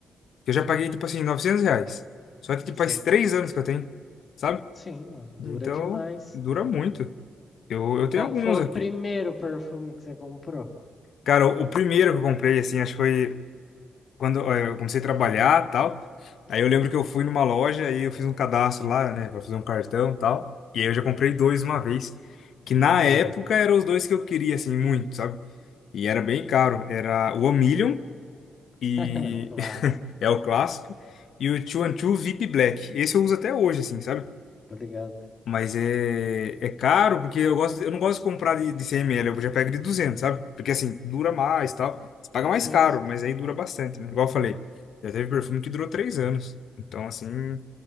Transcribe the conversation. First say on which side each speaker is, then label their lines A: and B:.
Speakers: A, on the left (about 70°); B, on the left (about 35°).
A: que eu já paguei, tipo assim, 900 reais. Só que, tipo,
B: Sim,
A: faz três anos que eu tenho, sabe?
B: sim, mano,
A: Então,
B: dura demais.
A: dura muito. Eu, eu tenho
B: Qual
A: alguns
B: que foi
A: aqui.
B: o primeiro perfume que você comprou?
A: Cara, o, o primeiro que eu comprei, assim, acho que foi quando eh, eu comecei a trabalhar e tal. Aí eu lembro que eu fui numa loja e eu fiz um cadastro lá, né, pra fazer um cartão e tal. E aí eu já comprei dois uma vez. Que na época
B: Aham.
A: eram os dois que eu queria, assim, muito, sabe? E era bem caro. Era o One Million. E,
B: <laughs> Clássico,
A: É o clássico. E o 212 VIP Black. Esse eu uso até hoje, assim, sabe?
B: tô ligado.
A: Mas é, é caro, porque eu gosto, eu não gosto de comprar de, de 100 ml, eu já pego de 200, sabe? Porque assim, dura mais e tal. Você paga mais
B: Sim,
A: caro,
B: sim,
A: mas aí dura bastante, né? Igual eu falei, já teve perfume que durou 3 anos. Então, assim,